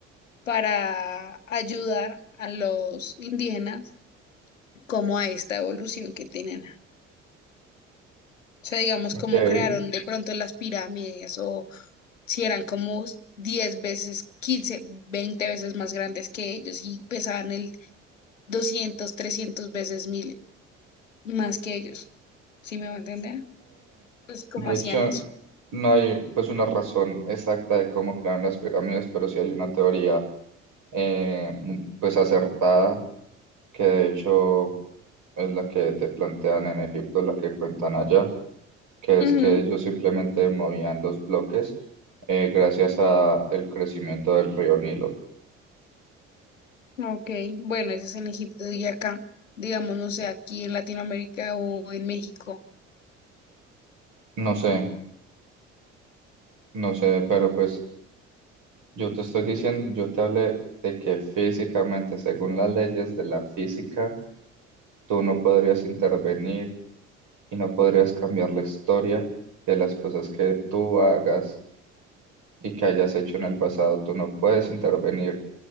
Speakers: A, on the left (about 80°); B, on the right (about 55°).
A: para ayudar a los indígenas como a esta evolución que tienen. O sea, digamos,
B: Ok.
A: cómo
B: Eh,
A: crearon de pronto las pirámides o si eran como 10 veces, 15 20 veces más grandes que ellos y pesaban el 200 300 veces mil más que ellos. ¿Sí me va a entender? Pues cómo
B: de
A: hacían
B: hecho,
A: eso.
B: no hay pues una razón exacta de cómo crearon las pirámides, pero sí hay una teoría eh, m- pues acertada que de hecho es la que te plantean en Egipto, la que cuentan allá, que es
A: Ujú,
B: que ellos simplemente movían los bloques eh, gracias a el crecimiento del río Nilo.
A: Ok, bueno, eso es en Egipto y acá, digamos, no sé, aquí en Latinoamérica o en México.
B: No sé, no sé, pero pues yo te estoy diciendo, yo te hablé de que físicamente, según las leyes de la física, tú no podrías intervenir y no podrías cambiar la historia de las cosas que tú hagas. y que hayas hecho en el pasado. Tú no puedes intervenir